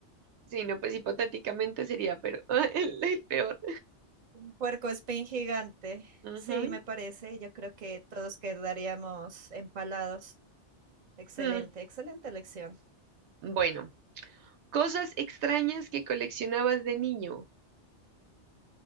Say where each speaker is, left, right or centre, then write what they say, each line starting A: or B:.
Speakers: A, on the right; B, on the right.
A: Sí, no, pues hipotéticamente sería, pero ah, <laughs> el, el peor.
B: Un puerco espín gigante.
A: Ujú.
B: Sí, me parece. Yo creo que todos quedaríamos empalados. Excelente,
A: Mm,
B: excelente elección.
A: Bueno, cosas extrañas que coleccionabas de niño.